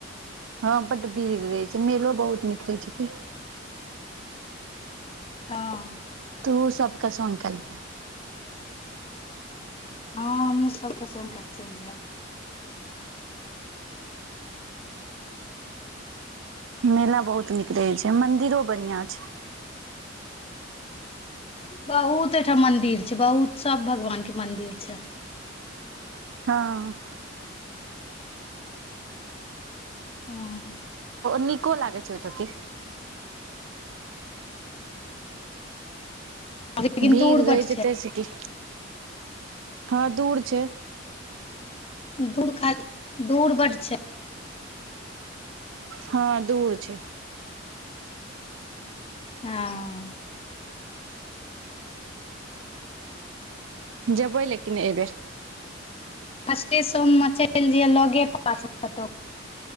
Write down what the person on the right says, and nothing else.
हँ बड भीड़ रहै छै मेलो बहुत निक रहै छै की
तुहो सभके संग के लिह
मेला बहुत निक रहे छै मंदिरो बढ़िया छै
हँ
नीको लागै छै ओहिठ के
भीड़
रहै
छै तैस कि हँ दूर छै
हँ दूर छै
जैबे लेकिन एहि बेर